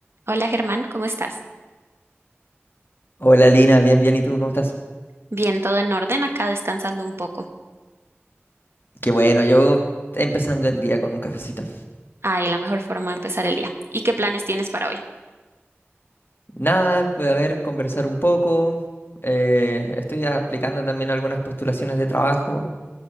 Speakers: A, on the right; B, on the left.
A: Hola Germán, ¿cómo estás?
B: Hola Lina, bien, bien, ¿y tú cómo estás?
A: Bien, todo en orden, acá descansando un poco.
B: Qué bueno, yo empezando el día con un cafecito.
A: Ahí la mejor forma de empezar el día. ¿Y qué planes tienes para hoy?
B: Nada, pues, a ver, conversar un poco. eh, estoy aplicando también algunas postulaciones de trabajo,